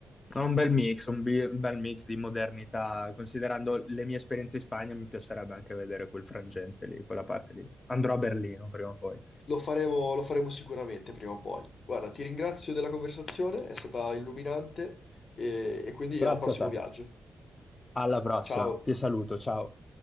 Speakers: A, on the left; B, on the left.
A: È un bel mix, un, bi- un bel mix di modernità. Considerando le mie esperienze in Spagna, mi piacerebbe anche vedere quel frangente lì, quella parte lì. Andrò a Berlino prima o poi.
B: Lo faremo, lo faremo sicuramente prima o poi. Guarda, ti ringrazio della conversazione, è stata illuminante e e quindi
A: Grazie
B: al prossimo
A: a te.
B: viaggio.
A: Alla prossima.
B: Ciao!
A: Ti saluto, ciao.